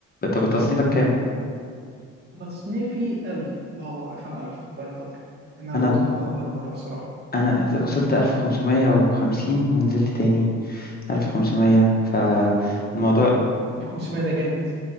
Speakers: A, on the left; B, on the right.
A: طب تصنيفك كام
B: انا تصنيفي 1000 اه واقف على 1000 بقالي فتره انا
A: انا
B: برضو موقف بقالي فتره الصراحه
A: انا وصلت 1550 ونزلت تاني 1500 فالموضوع
B: ال 500 ده جامد